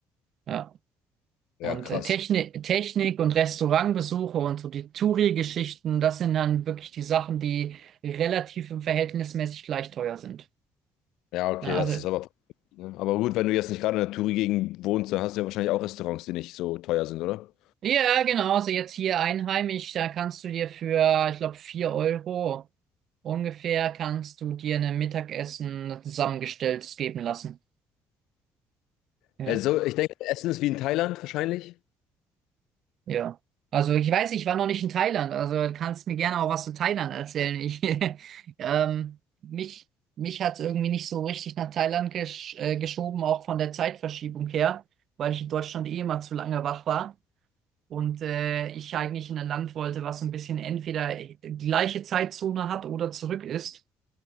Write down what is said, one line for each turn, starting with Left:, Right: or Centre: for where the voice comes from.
Right: Ja.
Left: ja,
Right: Und
Left: krass.
Right: äh, Technik, Technik und Restaurantbesuche und so die Touri-Geschichten, das sind dann wirklich die Sachen, die relativ und verhältnismäßig gleich teuer sind.
Left: Ja, okay,
Right: Ja,
Left: das
Right: also,
Left: ist aber. ne? Aber gut, wenn du jetzt nicht gerade in der Touri-Gegend wohnst, dann hast du ja wahrscheinlich auch Restaurants, die nicht so teuer sind, oder?
Right: ja, genau, also jetzt hier einheimisch, da kannst du dir für, ich glaube, 4 Euro ungefähr, kannst du dir ein Mittagessen zusammengestelltes geben lassen. Ja.
Left: Also, ich denke, Essen ist wie in Thailand wahrscheinlich.
Right: Ja. Also ich weiß, ich war noch nicht in Thailand, also du kannst mir gerne auch was zu Thailand erzählen. Ich, <laughs> ähm, mich mich hat es irgendwie nicht so richtig nach Thailand gesch äh, geschoben, auch von der Zeitverschiebung her, weil ich in Deutschland eh immer zu lange wach war und äh, ich eigentlich in ein Land wollte, was so ein bisschen entweder gleiche Zeitzone hat oder zurück ist,